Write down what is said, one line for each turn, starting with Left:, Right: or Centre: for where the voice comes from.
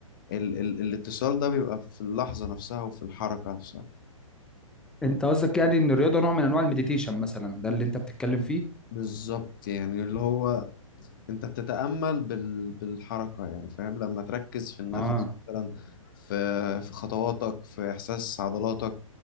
Left: ال ال الاتصال ده بيبقى في اللحظة نفسها وفي الحركة نفسها
Centre: انت قصدك يعني ان الرياضة نوع من انواع المديتيشن مثلا ده اللي انت بتتكلم فيه
Left: بالظبط يعني اللي هو انت بتتأمل بال بالحركة يعني فاهم لما تركز في النفس
Centre: اه
Left: مثلا في في خطواتك في إحساس عضلاتك